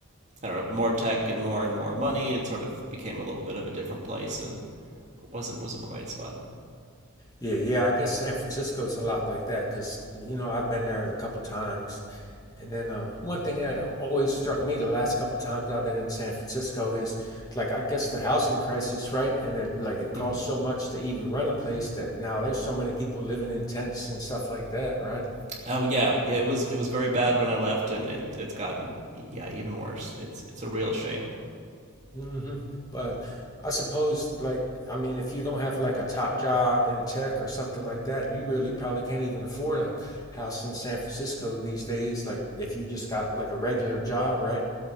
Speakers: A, on the right; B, on the left.
A: I don't know, more tech and more and more money, it sort of became a little bit of a different place and wasn't wasn't quite as fun.
B: Yeah, yeah. I guess San Francisco's a lot like that because you know I've been there a couple times, and then uh, one thing that always struck me the last couple times I've been in San Francisco is like I guess the housing crisis, right? And it, like it costs
A: hmm
B: so much to even rent a place that now there's so many people living in tents and stuff like that, right?
A: Oh yeah, yeah. It was it was very bad when I left, and it it's gotten yeah even worse. It's it's a real shame.
B: hmm But I suppose, like, I mean, if you don't have like a top job in tech or something like that, you really probably can't even afford a house in San Francisco these days. Like, if you just got like a regular job, right?